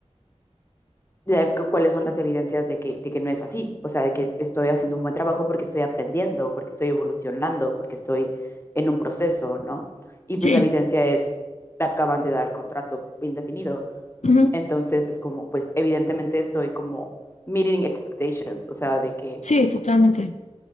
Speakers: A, on the left; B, on the left.
A: de cu- cuáles son las evidencias de que, de que no es así, o sea, de que estoy haciendo un buen trabajo porque estoy aprendiendo, porque estoy evolucionando, porque estoy en un proceso, ¿no? Y pues
B: Sí,
A: la evidencia es, te acaban de dar el contrato indefinido,
B: ujú.
A: entonces es como, pues evidentemente estoy como meeting expectations, o sea, de que
B: Sí, totalmente.